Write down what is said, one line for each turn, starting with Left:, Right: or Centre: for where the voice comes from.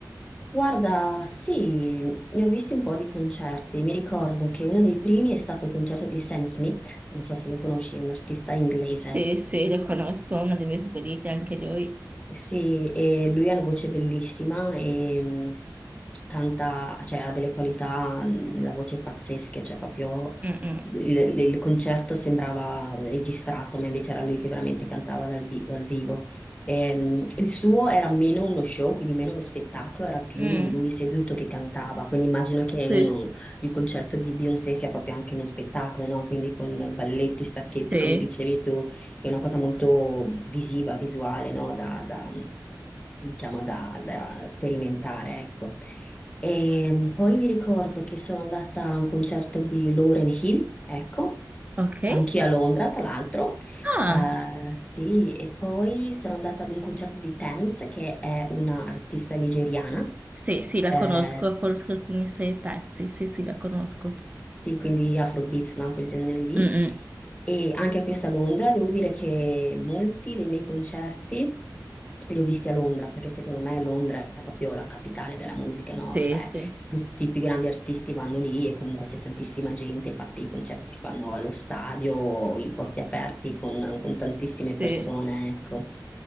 Left: Guarda, sì, ne ho visti un po' di concerti. Mi ricordo che uno dei primi è stato il concerto di Sam Smith, non so se lo conosci, è un artista inglese.
Right: Se, se lo conosco, uno dei miei favoriti, anche lui.
Left: Sì, e lui ha una voce bellissima e mh, canta, cioè ha delle qualità, mh, la voce è pazzesca, cioè proprio
Right: Mm-mm.
Left: il, il il concerto sembrava registrato, ma invece era lui che veramente cantava dal, vi- dal vivo. E, mh, il suo era meno uno show, quindi meno uno spettacolo, era più
Right: Mm.
Left: lui seduto che cantava, quindi immagino che
Right: Sì,
Left: uno- il concerto di Beyoncé sia proprio anche uno spettacolo, no? Quindi con balletti, stacchetti,
Right: sì,
Left: come dicevi tu è una cosa molto visiva, visuale, no? Da, da, diciamo, da, da sperimentare, ecco. E poi mi ricordo che sono andata a un concerto di Lauren Hill, ecco,
Right: ok.
Left: anch'io a Londra, tra l'altro.
Right: Ah,
Left: Eh, sì, e poi sono andata ad un concerto di Tems, che è una artista nigeriana
Right: sì, sì, la
Left: Eh,
Right: conosco, conosco alcuni suoi pezzi, sì, sì, la conosco.
Left: sì, quindi Afrobeats, no? Quel genere lì.
Right: Mm-mm.
Left: E anche questo a Londra, devo dire che molti dei miei concerti li ho visti a Londra, perché secondo me Londra è proprio la capitale della musica,
Right: Sì,
Left: no? Cioè,
Right: sì,
Left: tutti i più grandi artisti vanno lì e comunque c'è tantissima gente, infatti i concerti si fanno allo stadio, o in posti aperti con, con tantissime persone,
Right: sì.
Left: ecco.